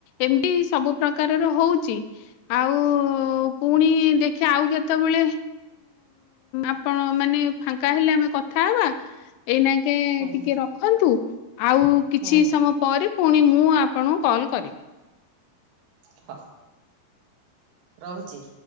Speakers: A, on the left (about 85°); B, on the right (about 85°).
A: ଏମିତି ସବୁ ପ୍ରକାରର ହଉଛି ଆଉ ପୁଣି ଦେଖିବା ଆଉ କେତେ ଯେତେବେଳେ ଆପଣ ମାନେ ଫାଙ୍କା ହେଲେ ଆମେ କଥା ହେବା ଏଇନା ଟିକେ
B: ହୁଁ ହୁଁ
A: ରଖନ୍ତୁ ଆଉ କିଛି
B: ହୁଁ
A: ସମୟ ପରେ ପୁଣି ମୁଁ ଆପଣଙ୍କୁ କଲ୍ କରିବି।
B: ହଉ। ରହୁଛି।